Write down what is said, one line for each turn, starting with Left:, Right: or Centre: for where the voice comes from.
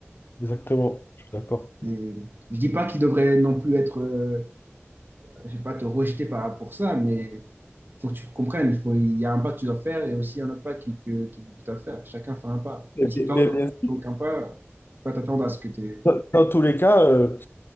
Left: exactement. Je suis d'accord.
Right: Et je dis pas qu'ils devraient non plus être, euh, je sais pas, te rejeter par rapport à ça, mais faut que tu comprennes, il faut, il y a un pas que tu dois faire et aussi un autre pas qui- que, que tu dois faire. Chacun fait un pas.
Left: Mais-
Right: Mais si
Left: mais-
Right: toi, non
Left: mais
Right: plus, tu fais aucun pas, faut pas t'attendre à ce que tu es
Left: dans dans tous les cas, euh,